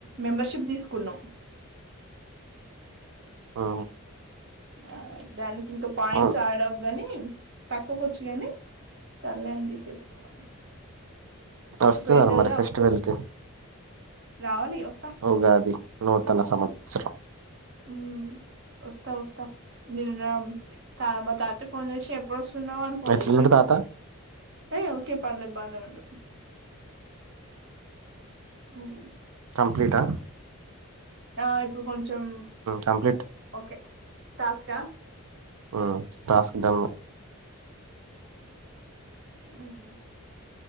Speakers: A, on the right (about 50°); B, on the right (about 80°).
A: మెంబర్షిప్ తీసుకున్నాం.
B: ఆ
A: ఆ దానిక్ ఇంక పాయింట్స్
B: అవును
A: ఆడవు గాని పక్కకొచ్చిగాని సర్లే అని తీసేసుకున్నాం
B: వస్తున్నార
A: ఇప్పుడు ఎండలుగా
B: మరి ఫెస్టివల్
A: ఒక్కొ
B: కి
A: రావాలి ఒక్
B: ఉగాది నూ తన సంవత్సరం
A: ఉం వస్తా వస్తా నిన్న తా మా తాత ఫోన్ చేసి ఎప్పుడు వస్త ఉన్నావని పోన్
B: ఎట్లున్నడు
A: చేసిండు
B: తాత
A: ఏ ఓకే పర్లేదు బానే ఉండు. ఉం
B: కంప్లీటా
A: ఆ ఇప్పుడు కొంచెం
B: కంప్లీట్
A: ఓకే టాస్కా
B: ఆ టాస్క్ డన్
A: అ